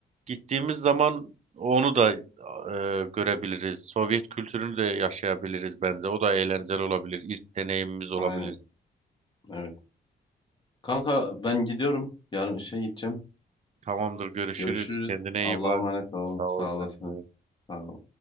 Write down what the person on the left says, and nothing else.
Aynen evet. Kanka ben gidiyorum. Yarın işe gideceğim.
Görüşürüz.
Allah'a
emanet olun.
Sağ
olasın.
Sağ ol.